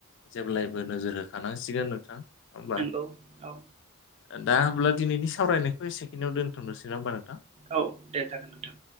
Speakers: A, on the left; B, on the right.
A: जेब्लायबो नोजोर होखानांसिगोन नोंथां। होमबा
B: नंगौ औ
A: दा होमब्ला दिनैनि सावरायनायखौ एसेखि्आव दोनथ'नोसै ना ह होनबा?
B: औ दे जागोन नोंथां।